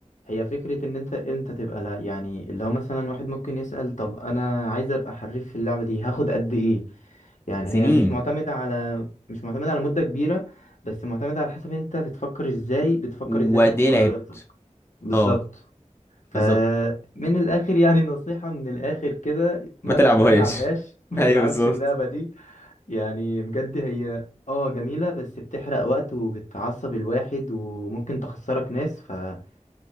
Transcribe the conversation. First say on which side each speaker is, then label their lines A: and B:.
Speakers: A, on the left (about 75°); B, on the left (about 20°).
A: هي فكرة ان انت امتى تبقى لا يعني اللي هو مثلا واحد ممكن يسأل طب انا عايز ابقى حريف في اللعبة دي هاخد قد ايه يعني هي
B: سنين
A: مش معتمدة على مش معتمدة على مدة كبيرة بس معتمدة على حسب انت بتفكر ازاي بتفكر
B: وقد
A: ازاي تاخد
B: ايه
A: قراراتك
B: لعبت
A: بالظبط
B: اه
A: فمن
B: بالظبط
A: الاخر يعني نصيحة من الاخر كده ما
B: ما تلعبوهاش
A: ما تلعبهاش
B: <laughs>
A: <laughs> ما
B: ايوه
A: تلعبش
B: بالظبط
A: اللعبة دي يعني بجد هي اه جميلة بس بتحرق وقت وبتعصب الواحد وممكن تخسرك ناس فمش